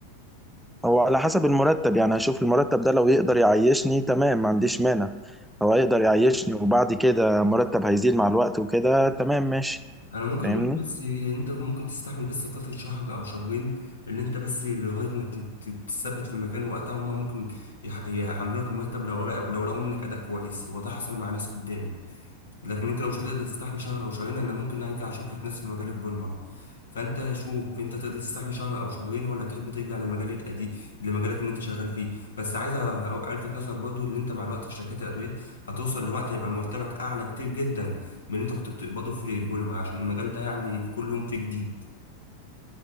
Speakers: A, in the centre; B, on the left.
A: هو على حسب المرتب يعني هشوف المرتب ده لو يقدر يعيشني تمام ما عنديش مانع هو يقدر يعيشني وبعد كده مرتب هيزيد مع الوقت وكده تمام ماشي
B: انا ممكن
A: فاهمني
B: بس انت ممكن تستحمل بس فترة شهر او شهرين اللي انت بس لغاية ما ت- ت- تثبت في مكان وقتها هما ممكن يح- يعلوا لك المرتب لو لو لقوا منك اداء كويس هو ده حصل مع ناس قدامي لكن انت لو مش هتقدر تستحمل شهر او شهرين انا ممكن ارجع اشوف لك ناس في مجال البوليمر فانت شوف انت تقدر تستحمل شهر او شهرين ولا تحب ترجع للمجال القديم لمجالك اللي انت شغال فيه بس عايز أ- الفت نظرك برضو ان انت مع الوقت في شركات الادويه هتوصل لوقت هيبقى مرتبك اعلى كتير جدا من اللي انت كنت بتقبضه في البوليمر عشان المجال ده يعني في كل يوم فيه جديد